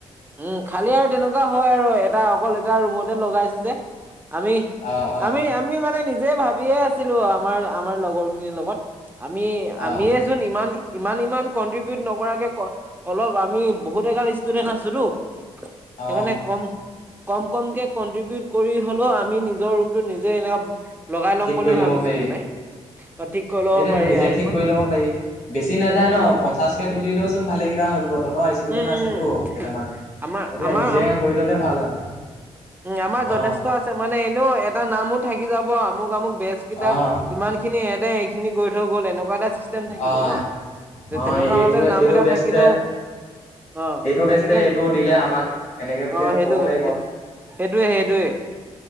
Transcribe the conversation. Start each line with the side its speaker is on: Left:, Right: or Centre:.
Right: উম খালি আৰু তেনেকুৱা হয় আৰু এটা অকল এটা ৰুমতে লগাইছো যে। আমি-আমি-আমি
Left: অ অ
Right: মানে নিজে ভাবিয়ে আছিলো আমাৰ আমাৰ লগৰ খিনিৰ লগত। আমি-আমিয়েচোন
Left: অ
Right: ইমান-ইমান-ইমান কনট্ৰিবউট নকৰাকে অলপ আমি বহুত এগাল ষ্টুডেন্ট আছোতো সেইকাৰণে
Left: অ
Right: কম কম কমকে কন্ট্ৰিবউট কৰি হ'লেও আমি নিজৰ ৰুমটো নিজে এনে লগাই
Left: ঠিক
Right: ল'ম
Left: কৰি
Right: বুলি
Left: ল'ব
Right: ভাবিছো
Left: পাৰি
Right: মানে। অ ঠিক কৰি ল'ব
Left: এইটোৱেতো
Right: পাৰি
Left: নিজে
Right: আৰু
Left: ঠিক
Right: ইমান
Left: কৰি পাৰি। বেছি নাযায়
Right: উম
Left: ন
Right: উম
Left: পঞ্চাশ কে তুলিলেও চোন ভালে কেইটা হৈ যাব। তোৰ ধৰা ষ্টুডেণ্ট
Right: উম
Left: আছেতো
Right: উম।
Left: কেইটামান,
Right: আমাৰ
Left: সেইটোৱে
Right: আমাৰ
Left: নিজে কৰি ল'লে ভাল হয়।
Right: উ আমাৰ যথেষ্ট
Left: অ',
Right: আছে, মানে এনেও এটা নামো থাকি যাব আমুক আমুক বেজ কেইটা
Left: অ',
Right: ইমান খিনি এতে এইখিনি কৰি থৈ গ'ল এনেকুৱা এটা চিষ্টেম থাকিব
Left: অ'।
Right: ন। যে
Left: অ',
Right: তেনেকুৱা
Left: এইটোৱে
Right: হ'লে নাম
Left: এইটো
Right: এটা
Left: বেষ্টে
Right: থাকিলেও অ
Left: এইটো বেষ্টে
Right: এনেকে
Left: এইটো দিলে আমাক সেনেকে বুলি
Right: অ সেইটো
Left: ক'ব পাৰিব।
Right: সেইটো। সেইটোৱে সেইটোৱে।